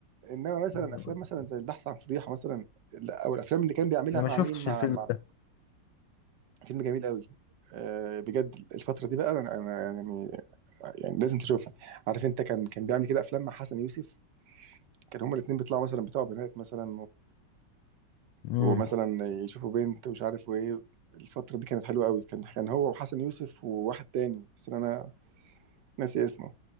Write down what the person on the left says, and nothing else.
رشدي
أباظة.
انا ما
شفتش
الفيلم
ده
امم